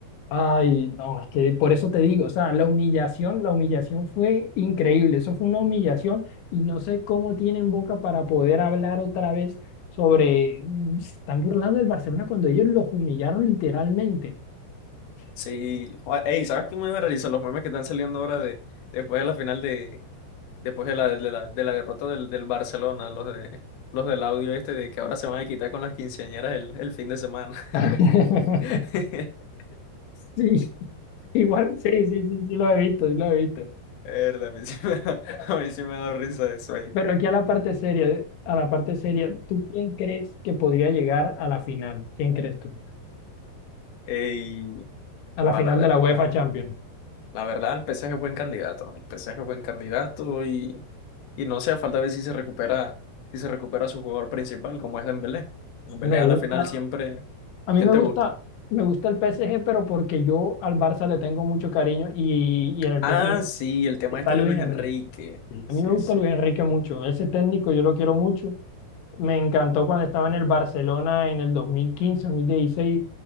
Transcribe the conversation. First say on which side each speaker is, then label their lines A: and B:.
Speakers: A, on the left (about 85°); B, on the left (about 65°).
A: Ay, no, es que por eso te digo, o sea, la humillación, la humillación fue increíble, eso fue una humillación y no sé cómo tienen boca para poder hablar otra vez sobre, mm, se están burlando del Barcelona cuando ellos los humillaron literalmente.
B: Sí, joder, ey, ¿sabes qué me voy a realizar? Los memes que están saliendo ahora de después de la final de después de la de la, de la derrota del, del Barcelona, los de los del audio este de que ahora se van a quitar con las quinceañeras el, el fin de semana.
A: <laughs>
B: <laughs>
A: Sí, igual, sí, sí, sí, sí lo he visto, sí lo he visto.
B: Verdad, a mí sí me, da-
A: Pero,
B: a mí sí me ha dado risa eso, ey.
A: pero aquí a la parte seria, a la parte seria, ¿tú quién crees que podría llegar a la final? ¿Quién crees tú?
B: Ey,
A: A
B: joder,
A: la final
B: la verdad.
A: de la UEFA Champions.
B: La verdad, el PSG es buen candidato. El PSG es buen candidato y, y no sea falta ver si se recupera, si se recupera su jugador principal, como es Dembélé. Dembélé
A: Me
B: a
A: gusta.
B: la final siempre.
A: A mí
B: ¿Quién
A: me
B: te
A: gusta,
B: gusta?
A: me gusta el PSG, pero porque yo al Barça le tengo mucho cariño y, y en el
B: Ah,
A: PSG
B: sí, el tema
A: está
B: este
A: Luis
B: de Luis
A: Enrique.
B: Enrique.
A: Sí.
B: Sí,
A: A mí me gusta
B: sí.
A: Luis Enrique mucho. Ese técnico yo lo quiero mucho. Me encantó cuando estaba en el Barcelona en el dos dos mil quince, dos mil dieciséis